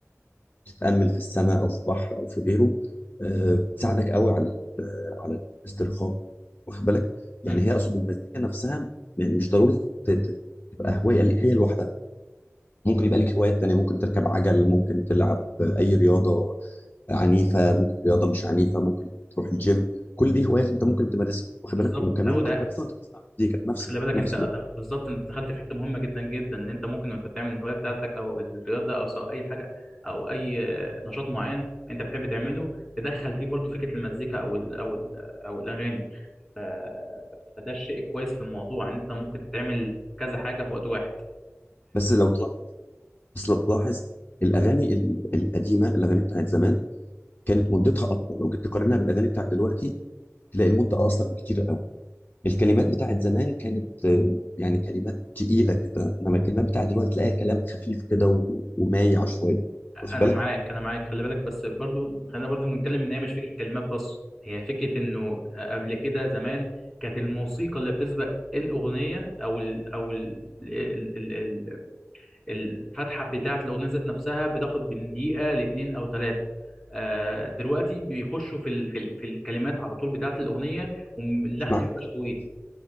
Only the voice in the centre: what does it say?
مم،
بالظبط
هو
ده
خلي
بالك انت
أت-
بالظبط انت دخلت في حته مهمه جدا جدا ان انت ممكن وانت بتعمل الهوايه بتاعتك او الرياضه او سواء اي حاجه او اي آه، نشاط معين انت بتحب تعمله تدخل فيه برضو فكره المزيكا او ال او ال او الاغاني ف- فده الشيء كويس في الموضوع ان انت ممكن تعمل كذا حاجه في وقت واحد
انا
معاك انا معاك خلي بالك بس برضو خلينا برضو نتكلم ان هي مش فكره كلمات بس هي فكره انه آه، قبل كده زمان كانت الموسيقى اللي بتسبق الاغنيه او ال او ال ال ال ال الفتحه بتاعه الاغنيه ذات نفسها بتاخد من دقيقه لاتنين او ثلاثه آه دلوقتي بيخشوا في ال في, ال في الكلمات على طول بتاعه الاغنيه واللحن
ما بيبقاش
طويل